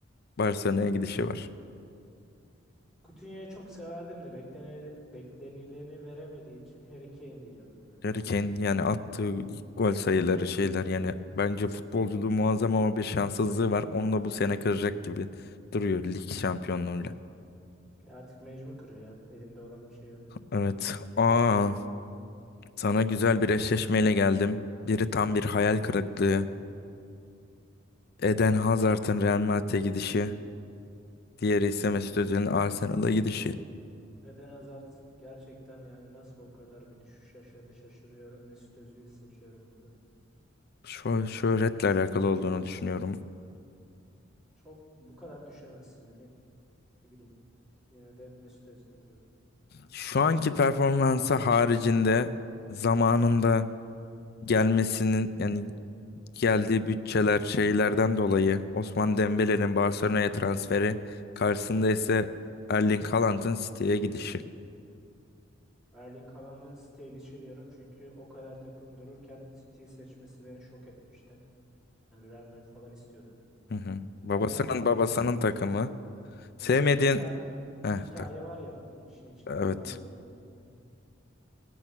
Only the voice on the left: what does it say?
Barcelona'ya gidişi var.
Harry Kane yani attığı ilk gol sayıları şeyler yani bence futbolculuğu muazzam ama bir şanssızlığı var. Onu da bu sene kıracak gibi duruyor lig şampiyonluğuyla.
Evet. Aa, sana güzel bir eşleşmeyle geldim. Biri tam bir hayal kırıklığı. Eden Hazard'ın Real Madrid'e gidişi, diğeri ise Mesut Özil'in Arsenal'a gidişi.
Şu şöhretle alakalı olduğunu düşünüyorum.
Şu anki performansı haricinde zamanında gelmesinin yani geldiği bütçeler şeylerden dolayı Osman Dembele'nin Barcelona'ya transferi karşısında ise Erling Haaland'ın City'ye gidişi.
Hı hı. Babasının
babasının
takımı. Sevmediğin...
Heh,
ta-
evet.